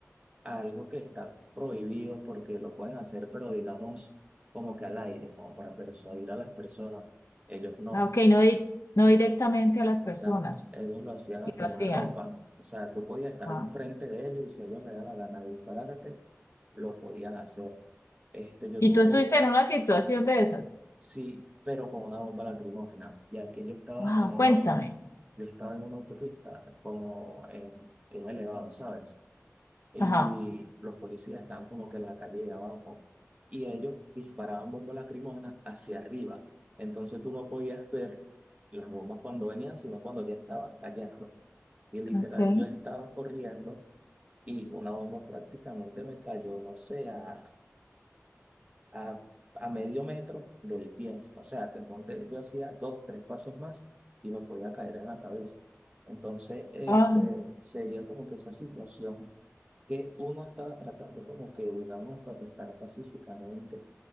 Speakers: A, on the right (about 25°); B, on the left (about 65°).
A: algo que está prohibido porque lo pueden hacer, pero digamos como que al aire, como para persuadir a las personas. Ellos no.
B: Ah, ok, no, di- no directamente a las
A: Exacto.
B: personas,
A: Ellos lo hacían a
B: y
A: quemar
B: lo hacían.
A: ropa. O sea, tú podías estar
B: Wow.
A: enfrente de ellos y si a ellos les daba la gana de dispararte, lo podían hacer. Este, yo
B: ¿Y
A: tuve,
B: tú estuviste en una situación de esas?
A: sí, pero con una bomba lacrimógena. Y aquí yo estaba
B: Wow,
A: en una,
B: cuéntame.
A: au- yo estaba en una autopista, como en, en un elevado, ¿sabes? Y
B: Ajá.
A: los policías estaban como que en la calle de abajo. Y ellos disparaban bombas lacrimógenas hacia arriba. Entonces tú no podías ver las bombas cuando venían, sino cuando ya estaban cayendo. Y literal,
B: Okay.
A: yo estaba corriendo y una bomba prácticamente me cayó, no sé, a, a, a medio metro del pie. O sea, que ponte, yo hacía dos, tres pasos más y me podía caer en la cabeza. Entonces, este,
B: Ah,
A: sería como que esa situación que uno estaba tratando como que, digamos, de protestar pacíficamente